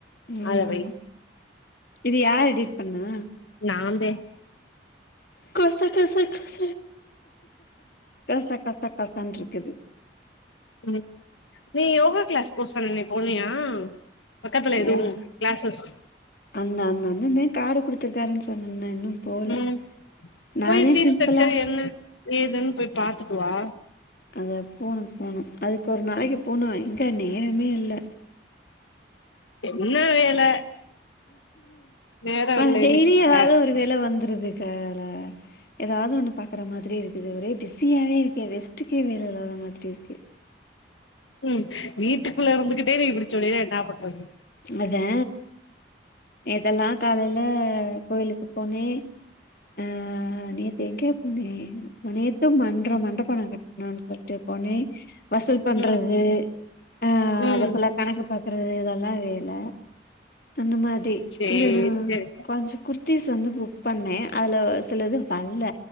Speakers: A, on the left (about 50°); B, on the left (about 85°).
A: ம்
B: அத வை
A: இது யாரு எடிட் பண்ணா
B: நான்தே
A: கொச கச கச கச கச கசான் இருக்குது
B: ம் நீ யோகா கிளாஸ் போ சொன்னனே போனியா பக்கத்துல ஏதுவு
A: எவ
B: கிளாசஸ்
A: அந்த அந்த அண்ணந்தே காரு புடுச் த்துக் காருன்னு சொன்னனே இன்னும் போல
B: ம்
A: நானே
B: போய் ஃபீஸ்
A: சிம்பிளா
B: ஸ்ட்ரக்சர் என்ன ஏதுன்னு போய் பாத்துட்டுவா
A: அத போணும் போணும் அதுக்கு ஒரு நாளைக்கு போனும் எங்க நேரமே இல்ல
B: என்னா வேல நேரோ
A: ஆ
B: இல்லன்னு
A: டெய்லி
B: இருக்க
A: ஏதாவது ஒரு வேல வந்துருது கா அதுல ஏதாவது ஒன்னு பாக்குற மாதிரி இருக்குது ஒரே பிஸியாவே இருக்குது ரெஸ்ட்டுக்கே வேல இல்லாத மாதிரி இருக்கு
B: ம் வீட்டுக்குள்ள இருந்துகிட்டே நீ இப்பிடிச் சொன்னின்னா என்னா பண்றது
A: அதே நேத்தெல்லா காலையில கோயிலுக்கு போனே ஆ நேத்து எங்கே போனே நேத்து மன்றோ மண்றோ பனோ கட்னு சொல் ட்டு போனே வசூல் பண்றது
B: ம்
A: ஆ
B: ம்
A: அத ஃபுல்லா கணக்கு பாக்குறது இதெல்லா வேல அந்த மாரி
B: சேரி
A: இம்
B: சேரி
A: கொஞ்சம் குர்த்திஸ் வந்து புக் பண்ணே அதுல சிலது வர்ல